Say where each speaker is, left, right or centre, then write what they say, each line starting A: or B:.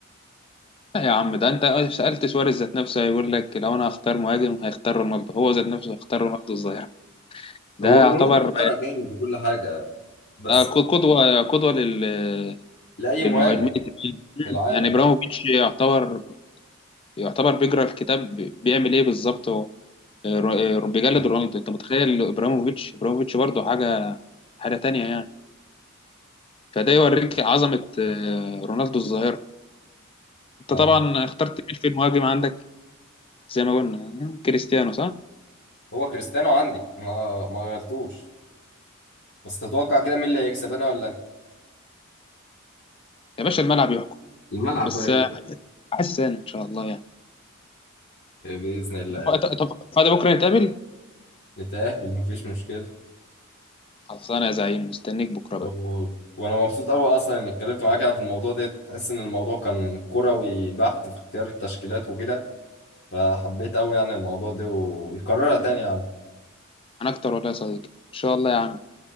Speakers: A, on the left; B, on the left.
A: لا يا عم ده انت سألت سواريز ذات نفسه هيقول لك لو انا هختار مهاجم هيختار رونالدو هو ذات نفسه هيختار رونالدو الظاهرة ده
B: هو رونالدو
A: يعتبر
B: ظاهرة جامد وكل حاجة بس
A: آه، ق- قدوة قدوة لل
B: لأي
A: للمهاجمين
B: مهاجم
A: التانيين. مم.
B: في العالم
A: يعني ابراهيموفيتش
B: يعني
A: يعتبر يعتبر بيقرا الكتاب بيعمل ايه بالظبط هو آه، رو- آه، بيجلد
B: آه،
A: رونالدو انت متخيل ابراهيموفيتش ابراهيموفيتش برضه حاجة حاجة تانية يعني فده يوريك عظمة آه، رونالدو الظاهرة انت
B: آه،
A: طبعا اخترت مين في المهاجم عندك زي ما قلنا كريستيانو صح
B: هو كريستيانو عندي ما ما غيرتوش بس تتوقع كده مين اللي هيكسب أنا ولا أنت
A: يا باشا الملعب يحكم
B: الملعب
A: بس
B: بقى يلا.
A: آه، احس انا ان شاء الله يعني
B: بإذن الله
A: وقت- طب فاضي بكره نتقابل
B: نتقابل مفيش مشكلة
A: خلصانه يا زعيم مستنيك بكره
B: و...
A: بقى
B: وانا مبسوط قوي اصلا اني اتكلمت معاك انا في الموضوع ده تحس ان الموضوع كان كروي بحت في اختيار التشكيلات وكده فحبيت قوي يعني الموضوع ده ونكررها تاني يا عم
A: انا اكتر ولا يا صديقي ان شاء الله يا عم